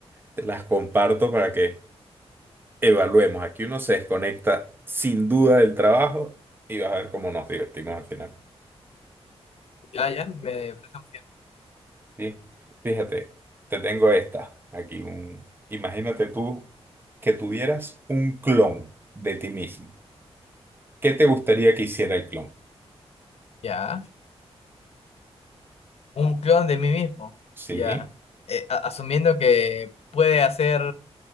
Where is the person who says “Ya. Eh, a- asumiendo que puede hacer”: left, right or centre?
Left